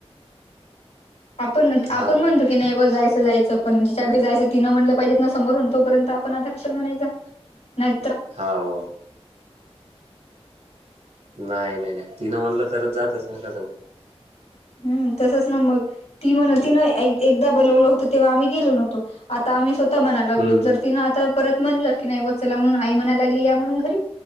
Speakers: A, on the left (about 85°); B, on the right (about 85°).
A: आपण आपण
B: हाव
A: म्हणतो
B: काय
A: की नाही बॉ जायचं जायचं पण जिच्याकडे जायचं ति न म्हणटलं पाहिजे ना समोरून तोपर्यंत आपण आता कशाला म्हणायचा नाही
B: होव नाही नाही नाही तिनं म्हनलं तरच जात तसा नका जाऊ
A: हम्म तसंच ना मग ती म्हणल ती ना एकदा बोलवलं होतं तेव्हा आम्ही गेलो नवत आता आम्ही स्वतः म्हणा लागलो
B: हम्म
A: जर तिनं आता परत म्हणलं की नाही बचाला म्हणून आई म्हणायला लागली या म्हणून घरी